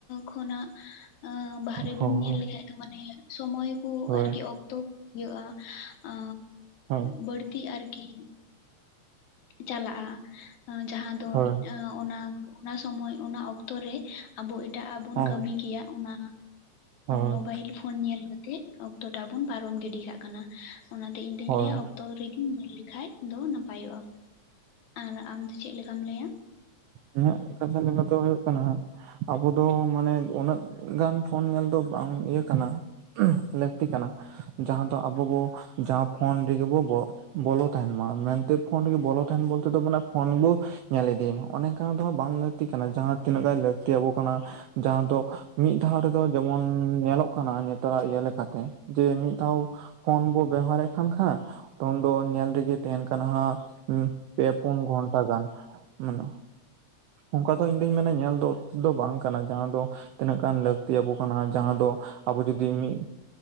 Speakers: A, on the left; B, on the right.
A: ᱠᱷᱚᱱᱟᱜ ᱵᱟᱦᱨᱮ
B: ᱦᱳᱭ
A: ᱵᱚᱱ ᱧᱮᱞ ᱞᱮᱠᱷᱟᱡ ᱫᱚ ᱢᱟᱱᱮ ᱥᱚᱢᱚᱭ ᱠᱚ
B: ᱦᱳᱭ
A: ᱟᱨᱠᱤ ᱚᱠᱛᱚ ᱤᱭᱟᱹᱜᱼᱟ ᱟ
B: ᱦᱳᱭ
A: ᱵᱟᱹᱲᱛᱤ ᱟᱨᱠᱤ ᱪᱟᱞᱟᱜᱼᱟ ᱡᱟᱦᱟᱸ ᱫᱚ
B: ᱦᱳᱭ
A: ᱤᱠ ᱚᱱᱟ ᱚᱱᱟ ᱥᱚᱢᱚᱭ ᱚᱱᱟ ᱚᱠᱛᱚ ᱨᱮ ᱟᱵᱚ ᱮᱴᱟᱜ ᱟᱜ ᱵᱚᱱ
B: ᱦᱳᱭ
A: ᱠᱟᱹᱢᱤ ᱠᱮᱭᱟ ᱚᱱᱟ
B: ᱦᱳᱭ
A: ᱢᱳᱵᱟᱭᱤᱞ ᱯᱷᱳᱱ ᱧᱮᱞ ᱠᱟᱛᱮᱜ ᱚᱠᱛᱚ ᱴᱟᱜ ᱵᱚᱱ ᱯᱟᱨᱚᱢ ᱜᱤᱰᱤ ᱠᱟᱜ ᱠᱟᱱᱟ ᱚᱱᱟᱛᱮ ᱤᱧ ᱫᱚᱧ
B: ᱦᱳᱭ
A: ᱞᱟᱹᱭᱟ ᱚᱠᱛᱚ ᱨᱮᱜᱮᱧ ᱧᱮᱞ ᱞᱮᱠᱷᱟᱡ ᱫᱚ ᱱᱟᱯᱟᱭᱚᱜᱼᱟ ᱟᱨ ᱟᱢᱫᱚ ᱪᱮᱫ ᱞᱮᱠᱟᱢ ᱞᱟᱹᱭᱟ
B: ᱤᱧᱟᱜ ᱠᱟᱛᱷᱟ ᱞᱮᱠᱟᱛᱮ ᱦᱩᱭᱩᱜ ᱠᱟᱱᱟ ᱦᱟᱹ ᱟᱵᱚ ᱫᱚ ᱢᱟᱱᱮ ᱩᱱᱟᱹᱜ ᱜᱟᱱ ᱯᱷᱳᱱ ᱧᱮᱞ ᱫᱚ ᱵᱟᱝ ᱤᱭᱟᱹ ᱠᱟᱱᱟ ᱞᱟᱹᱠᱛᱤ ᱠᱟᱱᱟ ᱡᱟᱦᱟᱸ ᱫᱚ ᱟᱵᱚ ᱵᱚ ᱡᱟᱦᱟᱸ ᱯᱷᱳᱱ ᱨᱮᱜᱮ ᱵᱚ ᱵᱚᱞᱚ ᱛᱟᱦᱮᱱ ᱢᱟ ᱢᱮᱱᱛᱮ ᱯᱷᱳᱱᱜ ᱵᱚᱞᱚ ᱛᱟᱦᱮᱱ ᱵᱚᱞᱛᱮ ᱛᱚ ᱢᱮ ᱯᱷᱳᱱ ᱵᱚ ᱧᱮᱞ ᱤᱫᱤᱭ ᱢᱟ ᱚᱱᱮᱠᱟ ᱫᱚ ᱵᱟᱝ ᱞᱟᱹᱠᱛᱤ ᱠᱟᱱᱟ ᱡᱟᱦᱟᱸ ᱛᱤᱱᱟᱹᱜ ᱜᱟᱱ ᱞᱟᱹᱠᱛᱤᱭᱟᱵᱚ ᱠᱟᱱᱟ ᱡᱟᱦᱟᱸ ᱫᱚ ᱢᱤᱫ ᱫᱷᱟᱣ ᱨᱮᱫᱚ ᱡᱮᱢᱚᱱ ᱧᱮᱞᱚᱜ ᱠᱟᱱᱟ ᱱᱮᱛᱟᱨᱟᱜ ᱤᱭᱟᱹ ᱞᱮᱠᱟᱛᱮ ᱡᱮ ᱢᱤᱫ ᱫᱷᱟᱣ ᱯᱷᱳᱱ ᱵᱚ ᱵᱮᱣᱦᱟᱨᱮᱫ ᱠᱟᱱ ᱠᱷᱟᱡ ᱯᱷᱚᱱ ᱫᱚ ᱧᱮᱞ ᱨᱮᱜᱮ ᱛᱟᱦᱮᱱ ᱠᱟᱱᱟ ᱦᱟᱸᱜ ᱯᱮ ᱯᱳᱱ ᱜᱷᱚᱱᱴᱟ ᱜᱟᱱ ᱢᱟᱱᱮ ᱚᱠᱟ ᱫᱚ ᱤᱧ ᱫᱚᱧ ᱢᱮᱱᱟ ᱧᱮᱞ ᱫᱚ ᱩᱪᱤᱛ ᱫᱚ ᱵᱟᱝ ᱠᱟᱱᱟ ᱡᱟᱦᱟᱸ ᱫᱚ ᱛᱤᱱᱟᱹᱜ ᱜᱟᱱ ᱞᱟᱹᱠᱛᱤᱭᱟᱵᱚ ᱠᱟᱱᱟ ᱡᱟᱦᱟᱸ ᱫᱚ ᱟᱵᱚ ᱡᱩᱫᱤ ᱢᱤᱫ